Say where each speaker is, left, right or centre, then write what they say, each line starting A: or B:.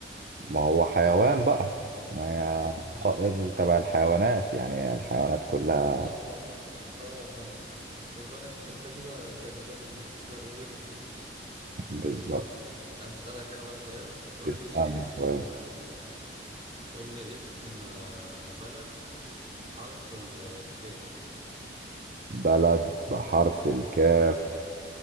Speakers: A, on the right; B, on the right.
A: ما هو حيوان بقى ما هي
B: اه
A: مم. طائر تبع الحيوانات يعني هي الحيوانات كلها
B: اه صحيح اه صح صح صح يبقى انا انت كده كسبان فرق بوينت لي
A: بالظبط
B: اه اسالك انا بقى سؤال قول
A: اسألنا
B: لي اسم
A: سؤال
B: قول لي اسم آه، بلد بحرف ال- الكاف
A: بلد بحرف الكاف